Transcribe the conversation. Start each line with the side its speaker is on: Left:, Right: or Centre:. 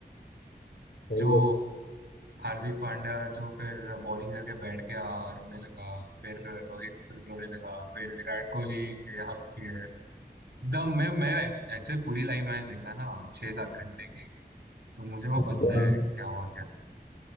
Left: सही
Right: जो
Left: है
Right: हार्दिक पांड्या जो फिर बॉलिंग करके बैठ गया रोने लगा फिर रोहित रोने लगा फिर विराट कोहली ये हंसती है एकदम मैं मैं एक्चुअली पूरी लाइव मैच देखा ना छह सात घंटे की तो मुझे वो
Left: अच्छा
Right: पता है क्या हुआ क्या